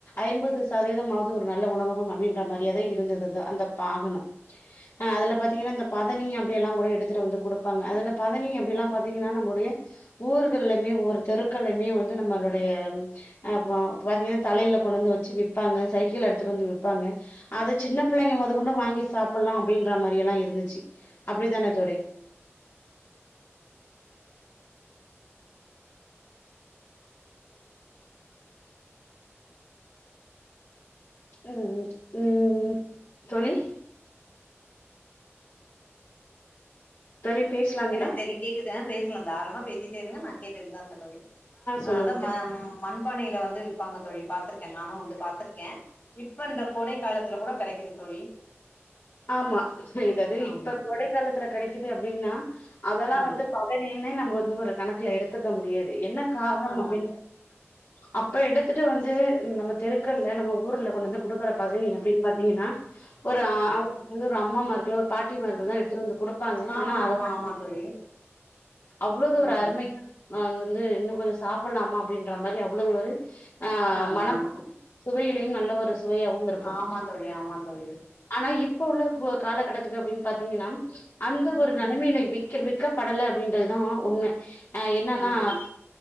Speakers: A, on the left; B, on the left.
A: ஐம்பது சதவீதம் ஆவது ஒரு நல்ல உணவகம் அப்டின்ற மாரியாதா இருந்தது இந்த அந்த பாகனொ ஆ அதுல பாத்தீங்கன்னா அந்த பதனி அப்டியெல்லாங் கூட எடுத்துட்டு வந்து குடுப்பாங்க அதுல பதனி அப்டி எல்லா பாத்தீங்கன்னா நம்ளுடைய ஊர்கள்ளமே ஒவ்வொரு தெருக்கள்லயுமே வந்து நம்மளுடைய அ வ பாத்தீங்கன்னா தலைல கொண்டு வந்து வச்சு விப்பாங்க சைக்கிள்ல எடுத்துட்டு வந்து விப்பாங்க அத சின்ன பிள்ளைங்க மொதக்கொண்டு வாங்கி சாப் புல்லா அப்டின்ற மாரி எல்லா இருந்துச்சு அப்டித்தானே தோழி ம் ம் தோழி தோழி பேசலாங்களா
B: எனக்கு தெரிய கேக்குது பேசலா தாராளமா பேசிட்டே இருங்க நா கேட்டுட்டுதா இருக்க தோழி ஆ
A: சொல்லுங்க
B: அதா
A: தோ
B: மண்பானையில வந்து விப்பாங்க தோழி பாத்துரு நானும் வந்து பாத்துருக்கே இப்ப இந்த கோடை காலத்துல கூட கெடைக்குது தோழி
A: ஆமா செய்தது
B: ஆமா
A: இப்ப கோடை காலத்துல கெடைக்குது அப்டின்னா அதெல்லா
B: ஆ
A: வந்து பதனி கீழ் நம்ம வந்து ஒரு கணக்குல எடுத்துக்க முடியாது என்ன காரணம்
B: ஆ
A: அப்டீன்ற அ இப்போ எடுத்துட்டு வந்து நம்ம தெருக்கள்ல்ல நம்ம ஊர்ல கொண்டந்து குடுக்குற பதனி அப்டின்னு பாத்தீங்கன்னா ஒரு ஆ இன்னொறு அம்மா மார்கலா பாட்டி மார்கள் தா எடுத்துட்டு வந்து கொடுப்பாங்க
B: ஆமா
A: ஆனா அத
B: ஆமா ஆமா தோழி
A: அவ்வளோதொரு
B: ம்
A: அருமை ம் வந்து இன்னு கொஞ்ச சாப்பிட்லாமா அப்டின்ற மாரி அவ அவளது ஒரு
B: ஆ
A: மனப்ப
B: ஆ
A: சுவையில நல்ல ஒரு சுவையாகவு இருக்கும்
B: ஆமா தோழி ஆமா தோழி
A: ஆனா இப் இப்ப உள்ள காலகட்டத்துக்கு அப்டின் பாத்தீங்கன்னா அந்த ஒரு நெலமையில இன்னிக் வி விற்கப்படல அப்படின்றதா உண்ம ஹே என்னன்னா
B: ம்